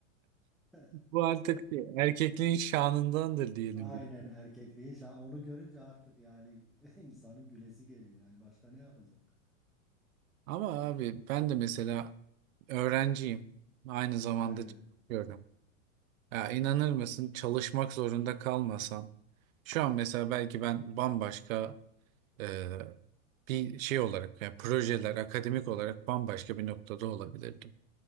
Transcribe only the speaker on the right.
bu artık erkekliğin şanındandır diyelim
Ama abi ben de mesela öğrenciyim. Aynı zamanda
çalışıyorum. Ya inanır mısın çalışmak zorunda kalmasam şu an mesela belki ben bambaşka e, bir şey olarak yani projeler akademik olarak bambaşka bir noktada olabilirdim.